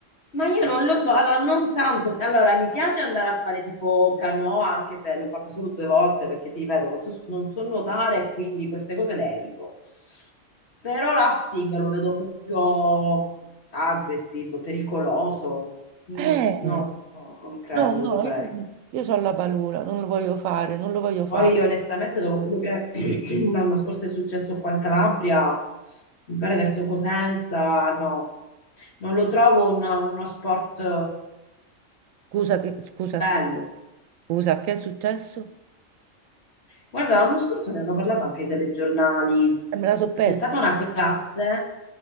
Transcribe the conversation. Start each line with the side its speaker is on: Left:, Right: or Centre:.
Left: Ma io non lo so, allora non tanto, allora mi piace andare a fare tipo canoa, anche se l'ho fatta solo due volte perché ti ripeto, non so, non so nuotare, quindi queste cose le evito. Però rafting lo vedo proprio aggressivo, pericoloso. Mm,
Right: Eh,
Left: no, no, non credo
Right: no, no,
Left: che lo farei.
Right: io, io ho la paura, non lo voglio fare, non lo voglio
Left: Poi
Right: fare.
Left: onestamente dopo quello che <clears throat> l'anno scorso è successo qua in Calabria, mi pare verso Cosenza, no, non lo trovo un- uno sport eh,
Right: Scusa, che, scusa, aspetta.
Left: bello,
Right: Scusa, che è successo?
Left: Guarda, l'anno scorso ne hanno parlato anche i telegiornali.
Right: Eh, me la so persa.
Left: C'è stata una classe